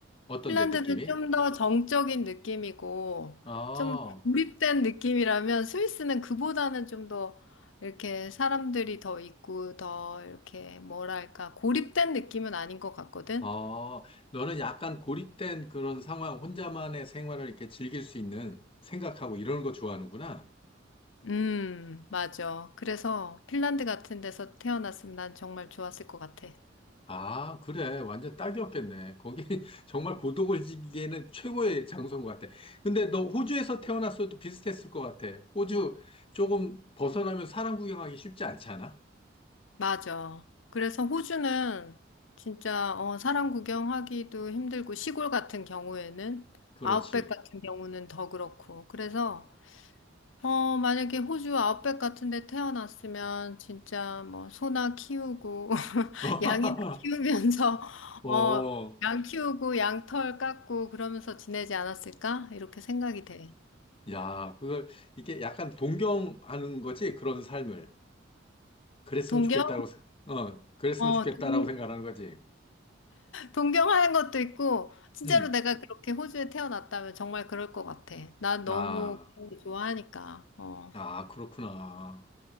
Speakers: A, on the left; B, on the left.
A: 어떤데
B: 핀란드는
A: 느낌이?
B: 좀 더 정적인 느낌이고
A: 아,
B: 좀더 고립된 느낌이라면 스위스는 그보다는 좀 더 이렇게 사람들이 더 있고 더 이렇게 뭐랄까 고립된 느낌은 아닌 것 같거든.
A: 아, 너는 약간 고립된 그런 상황, 혼자만의 생활을 이렇게 즐길 수 있는 생각하고 이런 거 좋아하는구나.
B: 음, 맞아. 그래서 핀란드 같은 데서 태어났으면 난 정말 좋았을 것 같아.
A: 아, 그래. 완전 딱이었겠네. 거기 <laughs> 정말 고독을지기에는 최고의 장소인 것 같아. 근데 너 호주에서 태어났어도 비슷했을 것 같아. 호주 조금 벗어나면 사람 구경하기 쉽지 않지 않아?
B: 맞아. 그래서 호주는 진짜 어, 사람 구경하기도 힘들고 시골 같은 경우에는
A: 그렇지.
B: 아웃백 같은 경우는 더 그렇고 그래서 어, 만약에 호주 아웃백 같은 데 태어났으면 진짜 뭐 소나 키우고 <laughs>
A: <laughs>
B: 양이나 키우면서
A: 어,
B: 어, 양 키우고 양털 깎고 그러면서 지내지 않았을까? 이렇게 생각이 돼.
A: 야, 그걸 이게 약간 동경하는 거지. 그런 삶을. 그랬으면
B: 동경?
A: 좋겠다고, 생- 어, 그랬으면
B: 어,
A: 좋겠다라고
B: 동,
A: 생각하는 거지.
B: 동경하는 것도 있고 진짜로
A: 음,
B: 내가 그렇게 호주에 태어났다면 정말 그럴 것 같아. 난
A: 아,
B: 너무 그런 거 좋아하니까. 어.
A: 아, 그렇구나.